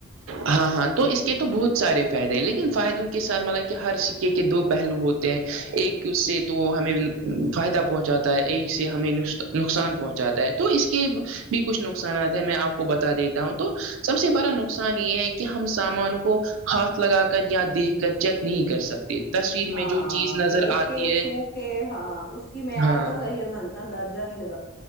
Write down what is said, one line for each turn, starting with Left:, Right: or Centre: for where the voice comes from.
Right: ہاں ہاں تو اس کے تو بہت سارے فائدے ہیں لیکن فائدوں کے ساتھ ملک کہ ہر سکے کے دو پہلو ہوتے ہیں ایک سے تو ہمیں فائدہ پہنچاتا ہے ایک سے ہمیں نقصان پہنچاتا ہے تو اس کے کے بھی کچھ نقصانات ہیں میں آپ کو بتا دیتا ہوں تو سب سے بڑا نقصان صان یہ ہے کہ ہم سامان کو ہاتھ لگا کر یا دیکھ کر چیک نہیں کر سکتے یہ تصویر
Left: ہاں
Right: میں جو چیز نظر
Left: دیکھ
Right: آتی
Left: کے
Right: ہے
Left: چھو کے ہاں اس کی معیار
Right: ہاں
Left: کا صحیح اندازہ نہیں لگتا